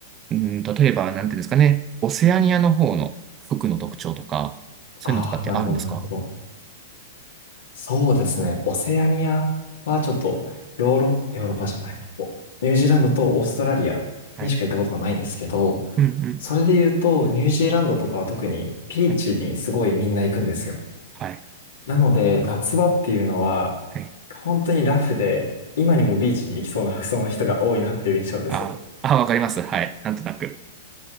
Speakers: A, on the right; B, on the left.
A: うん、例えば、なんていうんですかね、オセアニアの方の服の特徴とか、そういうのとかってあるんですか
B: ああ、なるほど、なるほど。そうですね。オセアニアはちょっと、ヨーロッ、ヨーロッパじゃない。おニュージーランドとオーストラリアにしか行ったことがないんですけど、
A: はい。うん、うん。
B: それで言うと、ニュージーランドとかは特にビーチにすごいみんな行くんですよ。
A: はい。はい。
B: なので、夏場っていうのは、
A: はい。
B: 本当にラフで、今にもビーチに行きそうな服装の人が多いなっていう印象です。
A: あーあわかります。はい。なんとなく。